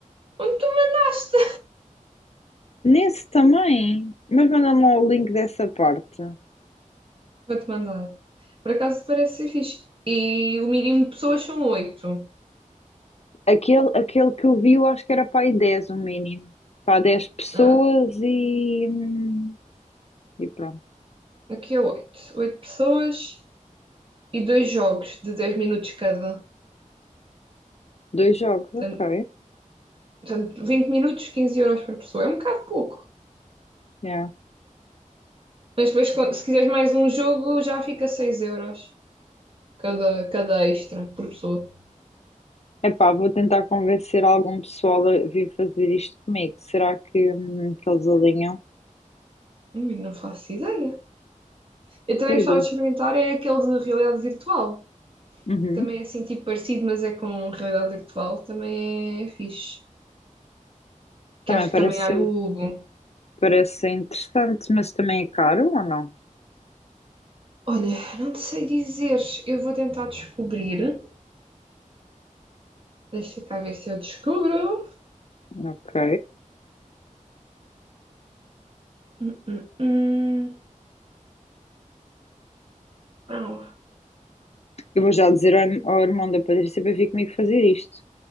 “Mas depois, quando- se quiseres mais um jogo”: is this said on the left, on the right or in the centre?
Right